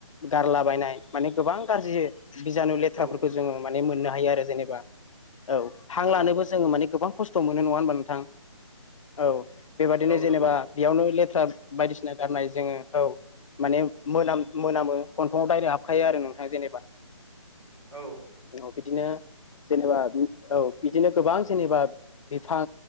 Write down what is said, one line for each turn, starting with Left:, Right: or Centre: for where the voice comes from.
Left: गारलाबायनाय माने गोबां गारजियै बिजानु लेथ्राफोरखौ
Right: औ
Left: जोङो माने मोननो हायो आरो जेनेबा। औ हां
Right: औ
Left: लानोबो जोङो माने गोबां खस्थ' मोनो नङा होनबा नोंथां। औ बेबादिनो
Right: औ
Left: जेनेबा
Right: नंगौ
Left: बेयावनो ले थ्रा बायदिसिना गारनाय जोङो औ माने मोनाम-मोनामो गन्थंआव डाइरेक्ट हाबखायो आरो नोंथां जेनेबा।
Right: औ।
Left: औ बिदिनो जेनेबा औ बिदिनो गोबां जेनेबा बिफां